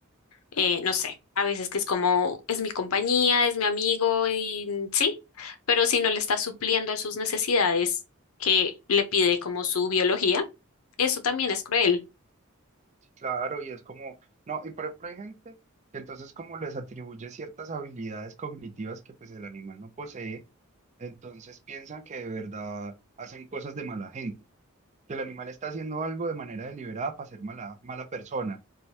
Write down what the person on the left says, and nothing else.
eh, no sé, a veces que es como, es mi compañía, es mi amigo y mm, sí, pero si no le está supliendo a sus necesidades que le pide como su biología, eso también es cruel.